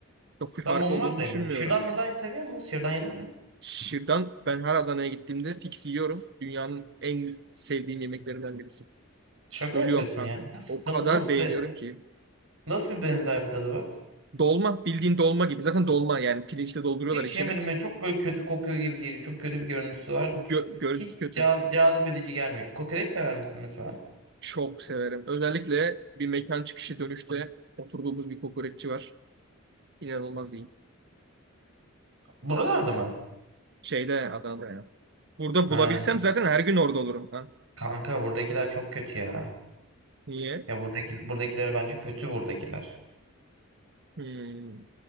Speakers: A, on the right; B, on the right.
A: Çok bir
B: Ben
A: fark
B: mum
A: olduğunu
B: var da
A: düşünmüyorum.
B: yemiyorum. şuradan buradan seviyor musun? şuradan yedin mi?
A: Şırdan ben her Adana'ya gittiğimde fix yiyorum. Dünyanın en sevdiğim yemeklerinden birisi.
B: Şaka
A: Ölüyorum
B: yapıyorsun
A: kanka.
B: ya. Nasıl,
A: O
B: tadı-
A: kadar
B: nasıl
A: beğeniyorum
B: bir,
A: ki.
B: nasıl bir benzer bir tadı var?
A: Dolma bildiğin dolma gibi. Zaten dolma yani pirinçle dolduruyorlar
B: Hiç
A: içini.
B: yemedim. Böyle çok böyle kötü kokuyor gibi geliyor. Çok kötü bir görüntüsü var.
A: Gö- görüntüsü
B: Hiç
A: kötü.
B: caz, cazip edici gelmiyor. Kokoreç sever misin mesela?
A: Çok severim. Özellikle bir mekan çıkışı dönüşte oturduğumuz bir kokoreççi var. İnanılmaz iyi.
B: Buralarda mı?
A: Şeyde Adana'da ya. Burada
B: Ha,
A: bulabilsem zaten her gün orada olurum kanka.
B: Kanka buradakiler çok kötü ya.
A: Niye?
B: Ya buradaki buradakiler bence kötü buradakiler.
A: Hmm.